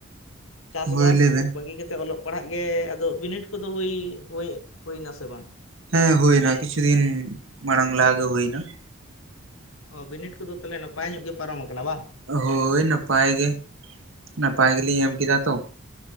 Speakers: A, on the left (about 75°); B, on the right (about 65°).
A: ᱪᱟᱥᱵᱟᱥ
B: ᱦᱳᱭ ᱞᱟᱹᱭ ᱵᱮᱱ
A: ᱵᱟᱹᱜᱤ ᱠᱟᱛᱮᱜ ᱚᱞᱚᱜ ᱯᱟᱲᱦᱟᱜ ᱜᱮ ᱟᱫᱚ ᱵᱤᱱᱤᱰ ᱠᱚᱫᱚ ᱦᱩᱭ ᱦᱩᱭ ᱦᱩᱭᱮᱱᱟ ᱥᱮ ᱵᱟᱝ
B: ᱦᱮᱸ ᱦᱩᱭᱱᱟ ᱠᱤᱪᱷᱩ ᱫᱤᱱ ᱢᱟᱲᱟᱝ ᱞᱟᱦᱟᱜᱮ ᱦᱩᱭᱱᱟ
A: ᱚ ᱵᱤᱱᱤᱰ ᱠᱚᱫᱚ ᱛᱟᱦᱚᱞᱮ ᱱᱟᱯᱟᱭ ᱧᱚᱜ ᱜᱮ ᱯᱟᱨᱚᱢ ᱟᱠᱟᱱᱟ ᱵᱟᱝ
B: ᱦᱳᱭ ᱱᱟᱯᱟᱭ ᱜᱮ ᱱᱟᱯᱟᱭ ᱜᱮᱞᱤᱧ ᱮᱢ ᱠᱮᱫᱟ ᱛᱚ